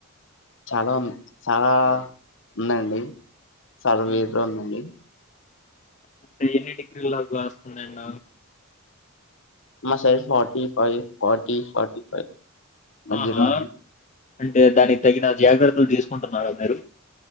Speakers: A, on the left (about 60°); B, on the left (about 35°).
A: చాలా ఉంది. చాలా ఉందండి. చాల
B: ఉమ్.
A: వేడిగ ఉందండి.
B: అంటే ఎన్ని డిగ్రీల దాక కాస్తంది ఎండ?
A: మా సైడ్ ఫార్టీఫైవ్, ఫార్టీ, ఫార్టీఫైవ్ మద్యలో
B: ఆహా
A: అండి
B: అంటే దానికి తగిన జాగ్రత్తలు తీసుకుంటున్నార మీరు?